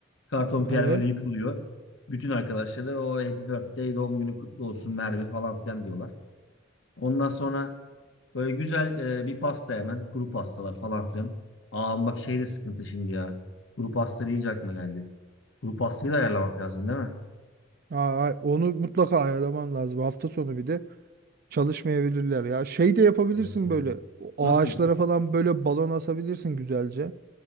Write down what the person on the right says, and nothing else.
Evet.
Aa, onu mutlaka ayarlaman lazım. Hafta sonu bir de çalışmayabilirler ya. Şey de yapabilirsin
böyle. O
Ağaçlara
falan böyle balon asabilirsin güzelce.